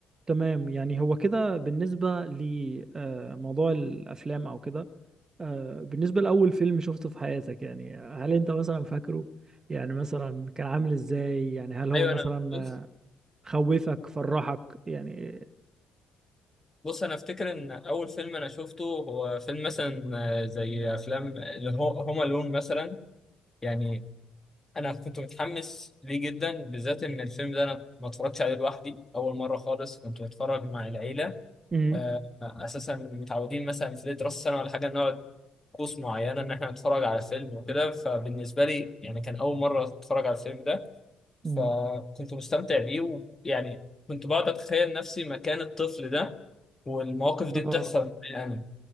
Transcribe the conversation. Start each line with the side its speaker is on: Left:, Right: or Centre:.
Right: تمام يعني هو كده بالنسبة لموضوع الأفلام أو كده آه، بالنسبة لأول فيلم شفته في حياتك يعني هل أنت مثلا فاكره؟ يعني مثلا كان عامل إزاي؟ يعني هل هو
Left: ايوه
Right: مثلا
Left: انا بص
Right: آه، خوفك فرحك يعني
Left: بص انا افتكر ان اول فيلم انا شفته هو فيلم مثلا آه، زي افلام اللي هو هوم الون مثلا يعني انا كنت متحمس ليه جدا بالذات ان الفيلم ده انا ما اتفرجتش عليه لوحدي اول مره خالص كنت بتفرج مع العيله
Right: امم
Left: آه، اساسا متعودين مثلا في راس السنه ولا حاجه نقعد طقوس معينه ان احنا نتفرج على فيلم وكده فبالنسبه لي يعني كان اول مره اتفرج على الفيلم ده فكنت
Right: امم
Left: مستمتع بيه ويعني كنت بقعد اتخيل نفسي مكان الطفل ده والمواقف دي
Right: آه
Left: بتحصل معايا انا